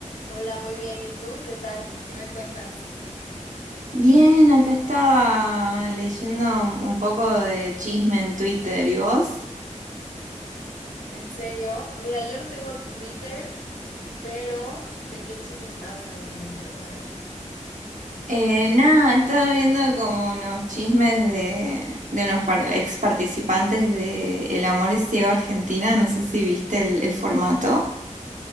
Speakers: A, on the left; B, on the right.
A: Hola, muy bien. ¿Y tú? ¿Qué tal? ¿Qué me cuentas?
B: Bien, acá estaba leyendo un un poco de chisme en Twitter, ¿y vos?
A: ¿En serio? Mira, yo no tengo Twitter, pero ¿de qué chisme estabas hablando? Quiero saber.
B: Eh, nada, estaba viendo como unos chismes de, de unos par- ex participantes de El Amor es Ciego Argentina, no sé si viste el, el formato.